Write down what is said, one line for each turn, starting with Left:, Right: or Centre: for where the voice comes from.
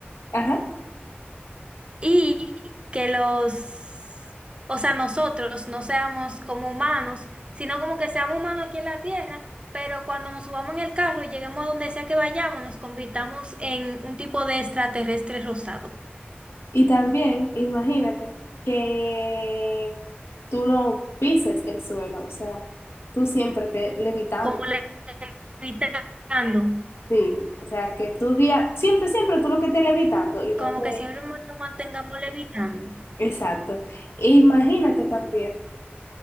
Left: ajá,
Right: y que los, o sea, nosotros no seamos como humanos, sino como que seamos humanos aquí en la tierra, pero cuando nos subamos en el carro y lleguemos a donde sea que vayamos, nos convirtamos en un tipo de extraterrestre rosado,
Left: y también, imagínate que tú no pises el suelo, o sea, tú siempre te levitando.
Right: como le- levitando,
Left: Sí, o sea, que tú día, siempre, siempre tú lo que estés levitando y no
Right: como
Left: te...
Right: que siempre nos mantengamos levitando.
Left: Exacto. E imagínate también